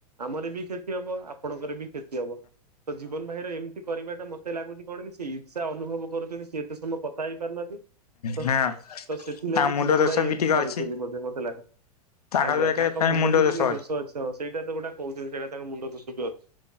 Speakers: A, on the right (about 80°); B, on the left (about 75°).
A: ଆମର ବି କ୍ଷତି ହବ ଆ ଆପଣଙ୍କର ବି କ୍ଷତି ହବ ତ ଜୀବନ ଭାଇର ଏମିତି କରିବାଟା ମତେ ଲାଗୁଛି କଣ କି ଇର୍ଷା ଅନୁଭବ କରୁଛନ୍ତି ସି ଏତେ ସମୟ କଥା ହେଇ ପାରୁନାହାଁନ୍ତି ତ
B: ହଁ
A: ତ ସେଥିଲାଗି
B: ତାଙ୍କ ମୁଣ୍ଡ
A: ଜୀବନ
B: ଦୋଷ
A: ଭାଇ
B: ବି
A: ଏମିତି
B: ଟିକେ
A: କରୁଛନ୍ତି
B: ଅଛି
A: ବ ମତେଲାଗେ
B: ତାଙ୍କର
A: ଆଜ୍ଞା
B: ଏକରେ
A: ତାଙ୍କ ମୁଣ୍ଡ କିନ୍ତୁ ଦୋଷ
B: ଅଛି।
A: ଅ ଆଚ୍ଛା ସେଇଟା ତ ଗୋଟେ କହୁଛନ୍ତି ସେଇଟା ତାଙ୍କ ମୁଣ୍ଡ ଦୋଷ ବି ଅଛି